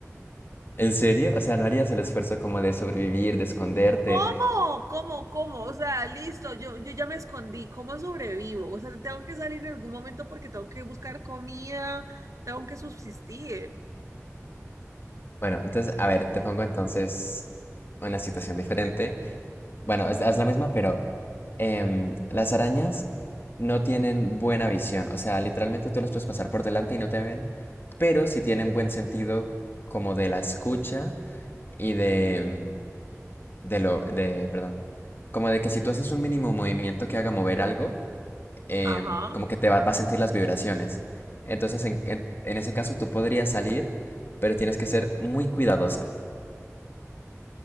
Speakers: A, on the left (about 45°); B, on the right (about 85°).
A: ¿En serio? O sea, ¿no harías el esfuerzo como de sobrevivir, de esconderte?
B: ¿Cómo? ¿Cómo? ¿Cómo? O sea, listo, yo, yo ya me escondí. ¿Cómo sobrevivo? O sea, tengo que salir en algún momento porque tengo que buscar comida, tengo que subsistir.
A: Bueno, entonces, a ver, te pongo entonces una situación diferente. Bueno, es, es la misma, pero em, las arañas no tienen buena visión. O sea, literalmente tú las puedes pasar por delante y no te ven, pero sí tienen buen sentido como de la escucha y de... em, de lo, de, perdón, como de que si tú haces un mínimo movimiento que haga mover algo, em,
B: Ajá.
A: como que te va, va a sentir las vibraciones. Entonces, en, en, en ese caso, tú podrías salir, pero tienes que ser muy cuidadosa.